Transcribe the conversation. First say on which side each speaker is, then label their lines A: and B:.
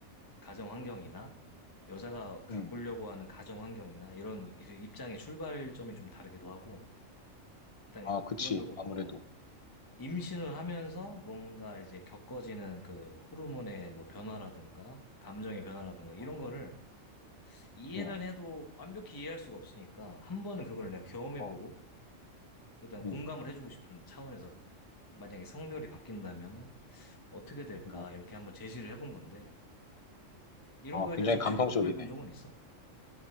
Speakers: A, on the left; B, on the left.
A: 가정 환경이나 여자가 가꾸려고
B: 응.
A: 하는 가정 환경이나 이런 입장의 출발점이 좀 다르기도 하고 일단
B: 아, 그치.
A: 기본적으로
B: 아무래도.
A: 어, 임신을 하면서 뭔가 이제 겪어지는 그 호르몬의 뭐 변화라든가 감정의 변화라든가 이런
B: 어,
A: 거를 이해는
B: 어,
A: 해도 완벽히 이해할 수가 없으니까 한 번은 그걸 내가 경험해보고
B: 어,
A: 그다음 공감을
B: 응,
A: 해주고 싶은 차원에서 만약에 성별이 바뀐다면은 어떻게 될까
B: 어.
A: 이렇게 한번 제시를 해본 건데 이런
B: 아,
A: 거에
B: 굉장히
A: 대해서 혹시
B: 감성적이네.
A: 궁금해 본 적은 있어?